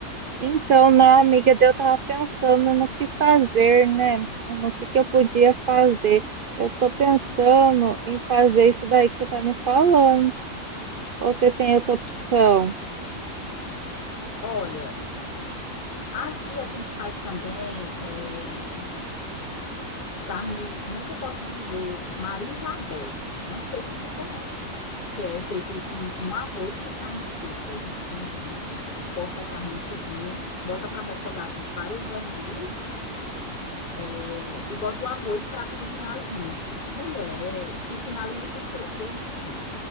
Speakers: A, on the right (about 55°); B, on the left (about 40°).
A: Então, né, amiga, daí eu tava pensando no que fazer, né? No que que eu podia fazer. Eu tô pensando em fazer isso daí que você tá me falando. Ou você tem outra opção?
B: Olha, aqui a gente faz também é, Carne, como é que eu posso dizer? Maria Isabel. Não sei se tu conhece. Que é feito com um arroz com carne seca. A gente cozinha, corta a carne em cubinhos, bota para refogar com várias verduras, é, e bota o arroz para cozinhar junto. Mulher, e finaliza com cheiro verdezinho.